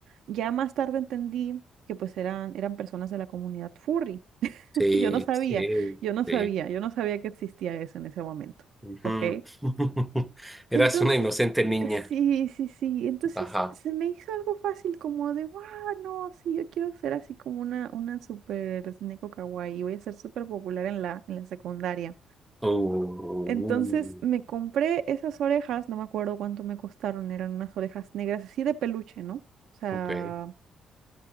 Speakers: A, on the right; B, in the centre.
A: Ya más tarde entendí que pues eran, eran personas de la comunidad furry. <laughs>
B: Sí,
A: Yo no sabía,
B: sí,
A: yo no sabía,
B: sí.
A: yo no sabía que existía eso en ese momento,
B: Ujú.
A: ¿ok?
B: <laughs> Eras
A: Entonces,
B: una inocente niña.
A: sí, sí, sí. Entonces
B: Ajá.
A: se me hizo algo fácil como de, wow, no, sí, yo quiero ser así como una, una super neko kawaii, voy a ser súper popular en la, en la secundaria.
B: Uh,
A: Entonces me compré esas orejas, no me acuerdo cuánto me costaron, eran unas orejas negras así de peluche, ¿no? O sea,
B: ok.